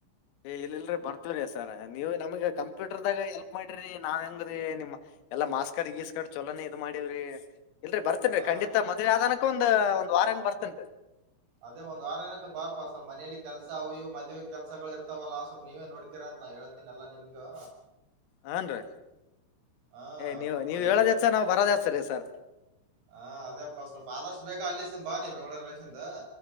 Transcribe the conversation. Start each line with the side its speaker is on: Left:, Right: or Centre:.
Left: ಏ ಇಲ್ಲಿಲ್ರೀ ಬರ್ತದ್ ಸರ್ ನೀವ್ ನಮ್ಗ ಕಂಪ್ಯೂಟರ್ದಾಗ ಎಲ್ಪ್ ಮಾಡ್ರೀ ನಾವ್ ಹೆಂಗ್ರೀ ನಿಮ್ ಎಲ್ಲಾ ಮಾಸ್ಕಡ್ ಗಿಸ್ಕಡ್ ಚಲೋನೇ ಇದ್ ಮಾಡಿವ್ರಿ ಇಲ್ರರಿ ಬರ್ತೇನ್ರರಿ
Right: ಹಾ
Left: ಖಂಡಿತ ಮದ್ವೆ ಆದನಕ್ಕ ಒಂದ್ ಒಂದ್ ವಾರಾಂಗ ಬರ್ತೇನ್ರೀ
Right: ಅದೇ ಒಂದ್ ವಾರ ನನಕ್ಕ ಬಾಪಸ್ ಮನೇಲಿ ಕೆಲಸ ಅವು ಇವು ಮದ್ವೆೆ ಕೆಲಸಗಳು ಇರ್ತಾವಲ್ಲ ಸ್ವಲ್ಪ ನೀವೇ ನೋಡ್ಕೀರ್ ನಾ ಹೇಳ್ತೀನ ಎಲ್ಲಾ ನಿಮ್ಗೂ
Left: ಹನ್ರೀ
Right: ಹಾ
Left: ಏ ನೀವು
Right: ಸ್ವಲ್ಪ
Left: ನೀವ್
Right: ಅಯ್ಯೋ
Left: ಹೇಳದ್
Right: ಹೋಗಿ
Left: ಹೆಚ್ಚ ನಾವ್ ಬರೋದ್ ಹೆಚ್ಚ್ರೀ ಸರ್
Right: ಹಾ ಅದೇಪ್ಪ ಸ್ವಲ್ಪ ಆದಷ್ಟು ಬೇಕಾ ಅಲ್ಲಿಸ್ನ್ ಬಾ ನೀ ಬೆಂಗಳೂರು ರಿಲೇಷನ್ ದ